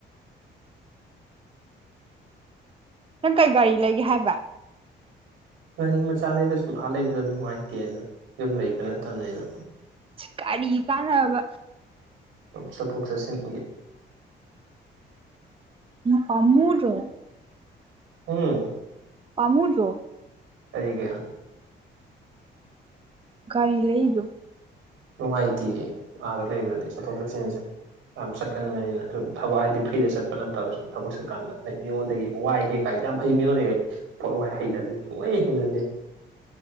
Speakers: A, on the right (about 25°); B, on the right (about 85°).
A: ꯅꯪ ꯀꯩ ꯒꯥꯔꯤ ꯂꯩꯒꯦ ꯍꯥꯏꯕ
B: ꯒꯥꯔꯤ ꯃꯆꯥꯅꯤꯗ ꯁꯨꯝ ꯑꯥ ꯂꯩꯕꯗ ꯅꯨꯡꯉꯥꯏꯇꯦꯅ ꯌꯨꯝ ꯂꯩꯕ ꯅꯠꯇꯅꯤꯅ
A: ꯀꯔꯤ ꯀꯥꯟꯅꯕ
B: ꯆꯐꯣꯛ ꯆꯠꯁꯤꯟꯁꯤꯡꯒꯤꯒꯤ
A: ꯐꯃꯨꯔ
B: ꯎꯝ
A: ꯐꯥꯃꯨꯡꯗ꯭ꯔꯣ
B: ꯀꯔꯤꯒ
A: ꯔꯤ ꯂꯩꯗ
B: ꯅꯨꯡꯉꯥꯏꯇꯦ ꯑꯥꯗ ꯂꯩꯕꯗꯗꯤ ꯆꯠꯊꯣꯛ ꯆꯠꯁꯤꯟꯁꯦ ꯌꯥꯝ ꯆꯠꯀꯟꯕꯅꯤꯅ ꯁꯨꯝ ꯊꯕꯛ ꯍꯥꯏꯗꯤ ꯐ꯭ꯔꯤꯗ ꯆꯠꯄ ꯅꯠꯇꯕ ꯁꯨꯝ ꯊꯕꯛ ꯆꯠꯀꯥꯟꯗ ꯃꯤꯉꯣꯟꯗꯒꯤ ꯋꯥꯏꯒꯦ ꯀꯥꯏꯗ ꯌꯥꯝ ꯍꯩ ꯃꯤꯉꯣꯟꯗꯩꯈꯩ ꯄꯣꯠ ꯋꯥꯏ ꯍꯩꯅꯗꯦ ꯁꯨꯡꯍꯩ ꯍꯤꯡꯅꯗꯦ